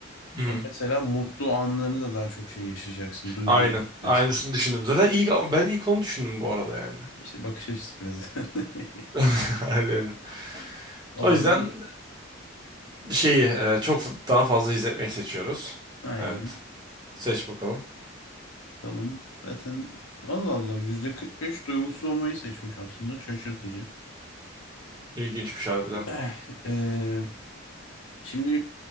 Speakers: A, on the right (about 20°); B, on the left (about 80°).
A: Hı-hı.
B: Ama mesela mutlu anlarını da daha çok şey yaşayacaksın. Duygulayacaksın.
A: Aynen. Aynısını düşündüm. Zaten ilk ben ilk onu düşündüm bu arada yani.
B: İşte bakış açısı biraz. <laughs>
A: <laughs> Aynen.
B: O
A: O
B: zaman
A: yüzden şeyi e, çok daha fazla izletmeyi seçiyoruz.
B: aynen.
A: Evet. Seç bakalım.
B: Bakalım. Zaten Allah Allah yüzde 45 duygusuz olmayı seçmiş aslında. Şaşırtıcı.
A: İlginçmiş harbiden.
B: <clears throat> Ee, şimdi